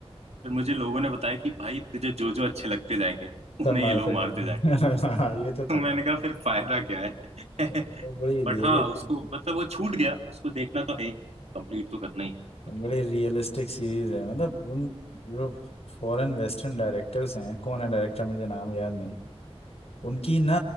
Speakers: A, on the right; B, on the left.
A: फिर मुझे लोगों ने बताया कि भाई तुझे जो जो अच्छे लगते जाएंगे उन्हें
B: सब मारते
A: ये लोग मारते
B: जाएंगे
A: जाएंगे
B: <laughs> हाँ, ये तो था
A: तो मैंने कहा फिर फायदा क्या है
B: तो
A: <laughs>
B: बड़ी रियलिस्टिक
A: बट हाँ उसको मतलब वो छूट गया उसको देखना तो है ही कंप्लीट तो करना ही है
B: बड़ी
A: कभी ना कभी
B: रियलिस्टिक सीरीज है मतलब उन जो फॉरेन वेस्टर्न डायरेक्टर्स हैं कौन है डायरेक्टर मुझे नाम याद नहीं उनकी ना